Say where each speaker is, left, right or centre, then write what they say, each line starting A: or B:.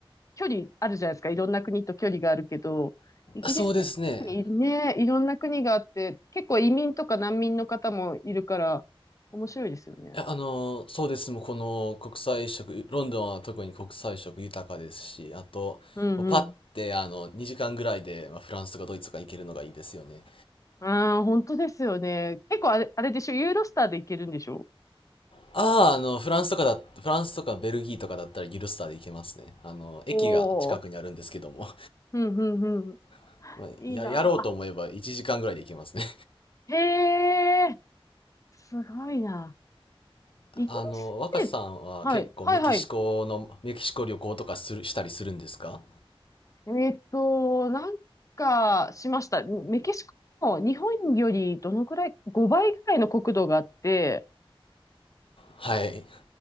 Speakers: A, on the left; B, on the left.
A: 距離あるじゃないですか。いろんな国と距離があるけど、イギリスって特にね、
B: そうですね。
A: いろんな国があって、結構移民とか難民の方もいるから、面白いですよね。
B: いやあの、そうです。もうこの国際色、ロンドンは特に国際色豊かですし、あと、
A: うんうん。
B: もうパッてあの、2時間ぐらいで、まあ、フランスとかドイツとか行けるのがいいですよね。
A: ああ、本当ですよね。結構あれ、あれでしょ、ユーロスターで行けるんでしょ
B: ああ、あの、フランスとかだ、フランスとかベルギーとかだったらギルスターで行けますね。あの、駅が近くにあるんですけども。
A: おおー。うんうんう
B: <laughs> まあ、
A: ん。いいな
B: や、やろうと思えば1時間ぐらいで行けますね。
A: ぁ。へえ、すごいな。
B: <laughs>
A: イギリスって、
B: あの、若さんは結構メキシコの、
A: はい、はいはい。
B: メキシコ旅行とかする、したりするんですか
A: えっと、なんかしました。メキシコも日本よりどのくらい、5倍くらいの国土があって、
B: はい。